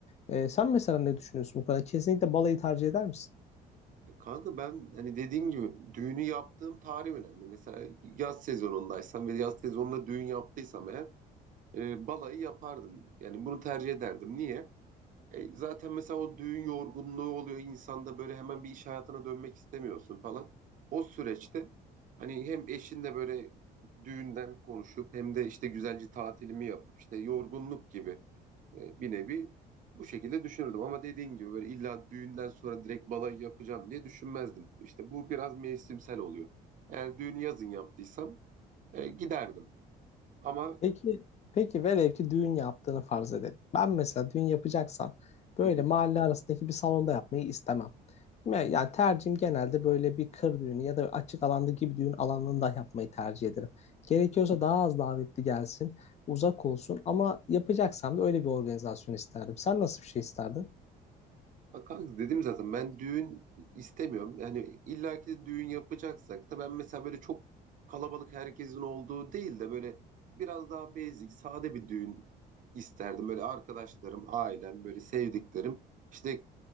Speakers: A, on the left; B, on the right.
A: Ee, sen mesela ne düşünüyorsun bu konuda? Kesinlikle balayı tercih eder misin?
B: E Kanka ben hani dediğim gibi düğünü yaptığım tarih önemli. Mesela yaz sezonundaysam ve yaz sezonunda düğün yaptıysam eğer e, balayı yapardım. Yani bunu tercih ederdim. Niye? E, zaten mesela o düğün yorgunluğu oluyor insanda böyle hemen bir iş hayatına dönmek istemiyorsun falan. O süreçte hani hem eşinle böyle düğünden konuşup hem de işte güzelce tatilimi yapıp işte yorgunluk gibi e, bir nevi bu şekilde düşünürdüm. Ama dediğin gibi böyle illa düğünden sonra direkt balayı yapacağım diye düşünmezdim. İşte bu biraz mevsimsel oluyor. Eğer düğünü yazın yaptıysam e, giderdim. Ama
A: Peki, peki velev ki düğün yaptığını farz edelim. Ben mesela düğün yapacaksam böyle
B: <laughs>
A: mahalle arasındaki bir salonda yapmayı istemem. Me- Yani tercihim genelde böyle bir kır düğünü ya da açık alanda gibi düğün alanında yapmayı tercih ederim. Gerekiyorsa daha az davetli gelsin, uzak olsun ama yapacaksam da öyle bir organizasyon isterdim. Sen nasıl bir şey isterdin?
B: Bak kanka dedim zaten ben düğün istemiyorum. Yani illaki de düğün yapacaksak da ben mesela böyle çok kalabalık herkesin olduğu değil de böyle biraz daha basic, sade bir düğün isterdim. Böyle arkadaşlarım, ailem, böyle sevdiklerim. İşte